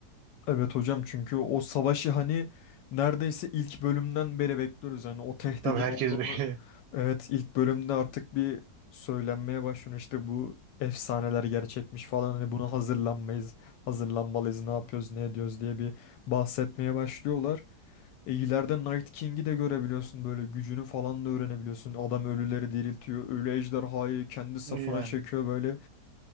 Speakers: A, on the left (about 80°); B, on the right (about 80°).
A: Evet hocam çünkü o savaşı hani neredeyse ilk bölümden beri bekliyoruz. yani o tehdidin
B: Tabii herkes
A: olduğunu
B: böyle
A: evet ilk bölümde artık bir söylenmeye başlıyor. İşte bu efsaneler gerçekmiş falan hani buna hazırlanmayız, hazırlanmalıyız, ne yapıyoruz,
B: <laughs>
A: ne ediyoruz diye bir bahsetmeye başlıyorlar. E ileride Night King'i de görebiliyorsun böyle gücünü falan da öğrenebiliyorsun. Adam ölüleri diriltiyor, ölü ejderhayı kendi safına
B: yani
A: çekiyor böyle